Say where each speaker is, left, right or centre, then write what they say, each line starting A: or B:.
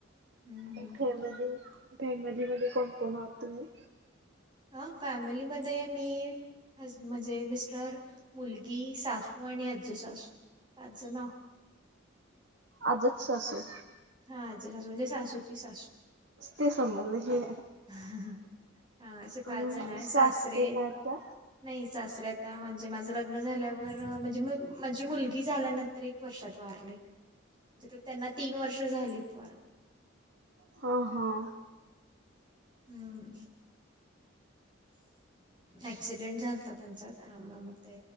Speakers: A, on the right; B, on the right.
A: हम्म
B: फॅमिली फॅमिलीमध्येध्ये कोण कोण आहात तुम्ही
A: हा फॅमिलीमध्ये मी ज म्हणजे मिस्टर मुलगी सासू आणि आजजू सासू आजज नाव
B: आजच स असू
A: हा, आजी सासू म्हणजे सासूची सासू
B: ते <unintelligible> हे.
A: हा, असे पाच
B: आणि
A: जण आहे,
B: सासरीन
A: सासरे
B: आहेत त्या
A: नाही सासरे आता, म्हणजे माझं लग्न झाल्यावर म्हणजे, म्हणजी मुलगी झाल्या न तर एक वर्षात वारले, म्हणजे त्यांना तीन वर्ष झालेत वारून.
B: हां हां.
A: हम्म! अक्सिडेंट झालता त्यांचा त्यामुळे मग ते